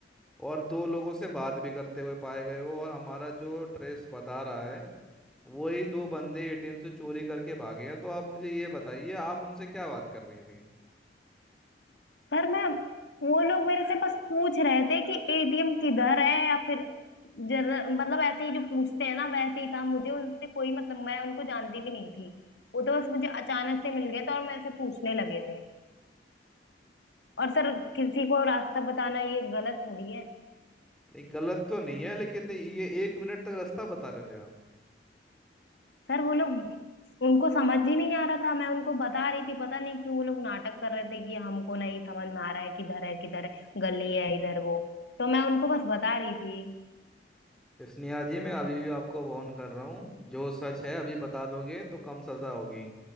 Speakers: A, in the centre; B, on the left.
A: और दो लोगों से बात भी करते हुए पाए गए हो और हमारा जो ट्रेस बता रहा है वही दो बंदे एटीएम से चोरी करके भागे हैं तो आप मुझे ये बताइए आप उनसे क्या बात कर रही थी
B: सर मैं वो लोग मेरे से बस पूछ रहे थे कि एटीएम किधर है या फिर जर मतलब ऐसे ही जो पूछते हैं ना वैसे ही था मुझे उनसे कोई मतलब मैं उनको जानती भी नहीं थी वो तो बस मुझे अचानक से मिल गए थे और मेरे से पूछने लगे थे और सर किसी को रास्ता बताना ये गलत थोड़ी है
A: नहीं गलत तो नहीं है लेकिन ये एक मिनट तक रास्ता बता रहे थे आप
B: सर वो लोग उनको समझ ही नहीं आ रहा था मैं उनको बता रही थी पता नहीं क्यों वो लोग नाटक कर रहे थे कि हमको नहीं समझ में आ रहा है किधर है किधर है गली है इधर वो तो मैं उनको बस बता रही थी
A: स्नेहा जी मैं अभी भी आपको वार्न कर रहा हूँ जो सच है अभी बता दोगे तो कम सजा होगी